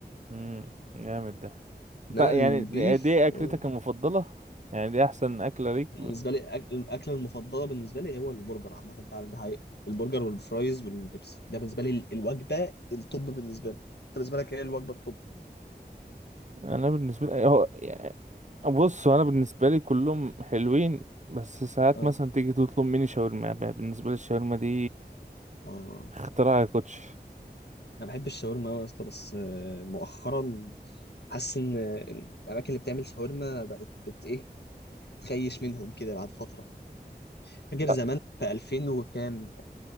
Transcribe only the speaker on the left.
انما
البيف
هو
بالنسبه لي أك- الاكله المفضله بالنسبه لي هو البرجر عامه فعلا دي حقيقه البرجر والفرايز والبيبسي ده بالنسبه لي ال- الوجبه التوب بالنسبه لي انت بالنسبه لك ايه الوجبه التوب
اه
اه
انا بحب الشاورما أوي يا اسطى بس آه، مؤخرا حاسس ان إن الاماكن اللي بتعمل شاورما بقت بت ايه تخيش منهم كده بعد فتره فاكر
زمان في 2000 وكام